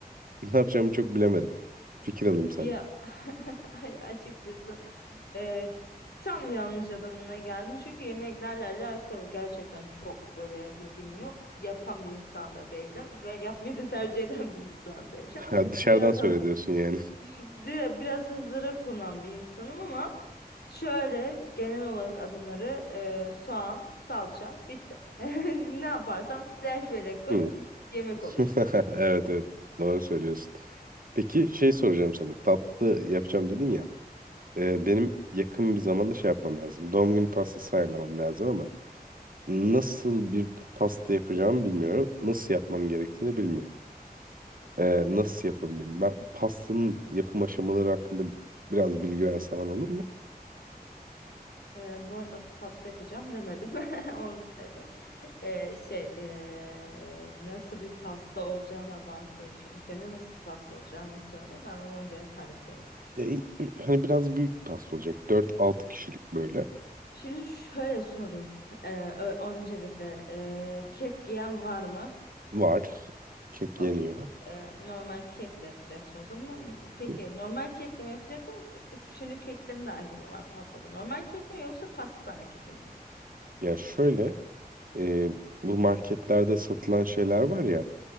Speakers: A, on the right (about 60°); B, on the left (about 80°).
A: <laughs> Ne yapacağımı çok bilemedim. Fikir alayım senden.
B: Ya <laughs> ay- açıkçası e, tam yanlış adamına geldin çünkü yemeklerle alakalı gerçekten çok böyle bilgim yok. Yapan bir insan da değilim ve yapmayı
A: <laughs>
B: da tercih eden bir insan değilim.
A: Ha, dışarıdan
B: <laughs> Biraz
A: söyle
B: hazır,
A: diyorsun yani.
B: Yok, dire- biraz hazıra konan bir insanım ama şöyle genel olarak adımları e, soğan, salça bitti. <laughs> Ne yaparsam flash bellek koy
A: Hmm.
B: yemek
A: <laughs>
B: olur.
A: Evet evet doğru söylüyorsun. Peki şey soracağım sana. Tatlı yapacağım dedin ya. Ee, benim yakın bir zamanda şey yapmam lazım. Doğum günü pastası ayarlamam lazım ama nasıl bir pasta yapacağımı bilmiyorum. Nasıl yapmam gerektiğini bilmiyorum. Ee, nasıl yapabilirim? Ben pastanın yapım aşamaları hakkında biraz bilgi versen bana olur mu?
B: Ee, bu arada tatlı yapacağım demedim. <laughs> Onu söyleyeyim. Ee, şey ee, nasıl bir pasta olacağına bağlı değişir. İlk önce nasıl bir pasta olacağını söyle. Ben ona göre tarif vereyim.
A: Ya, i- hani biraz büyük pasta olacak. Dört altı kişilik böyle.
B: Şimdi şöyle sorayım. Ee, ö- öncelikle ee, kek yiyen var mı?
A: Var. Kek
B: O
A: yeniyor.
B: kek ee, normal kekle yapacaksınız ama
A: Hı
B: peki
A: hı.
B: normal kekle mi yapacaksınız? Şimdi keklerin de ayrımı var pastada. Normal kek mi yoksa pastane keki mi?
A: Ya şöyle e, bu marketlerde satılan şeyler var ya